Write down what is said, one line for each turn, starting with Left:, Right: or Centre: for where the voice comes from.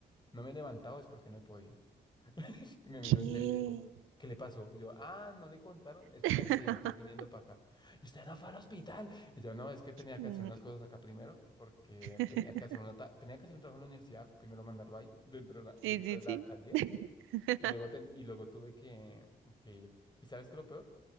Left: no me he levantado es porque no he podido. Y me miró
Right: ¿Qué?
Left: en serio y dijo, ¿qué le pasó? Y yo, ah, no le contaron, es que
Right: <laughs>
Left: me accidenté viniendo para acá. Y usted no fue al hospital. Y yo, no, es que tenía
Right: Mm,
Left: que hacer unas cosas acá primero, porque
Right: <laughs>
Left: tenía que hacer una ta- tenía que hacer un trabajo en la universidad, primero mandarlo ahí, dentro de la,
Right: Sí,
Left: dentro
Right: sí,
Left: de la
Right: sí.
Left: alcaldía.
Right: <laughs>
Left: Y luego, ten- y luego tuve que, que ir. ¿Y sabes qué es lo peor?